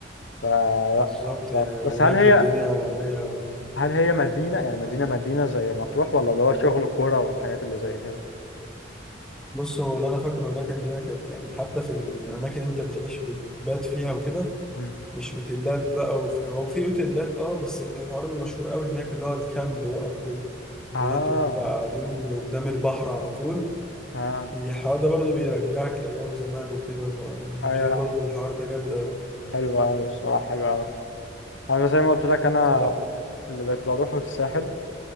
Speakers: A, on the left; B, in the centre.
A: فلا
B: بالظبط آه،
A: بس
B: هناك
A: هل هي
B: الدنيا رايقه
A: هل هي مدينه يعني مدينه مدينه زي مطروح ولا اللي هو شغل كوره والحاجات اللي زي كده
B: بص هو اللي انا فاكره هناك ان هي كانت يعني حتى في الاماكن اللي انت بتعيش بتبات فيها وكده
A: مم.
B: مش اوتيلات بقى وفي هو في اوتيلات اه بس الحوار المشهور قوي هناك اللي هو الكامب بقى وكده
A: اه
B: هو انتوا بتاع قاعدين قدام البحر على طول
A: اه
B: الحوار ده برضه بيرجعك لأيام زمان وكده فأنا
A: ايوه
B: شايف
A: لا
B: برضه إن الحوار ده جامد أوي
A: حلوه قوي الصراحه حلوه قوي انا زي ما قلت لك انا
B: فلا
A: اللي بقيت بروحه الساحل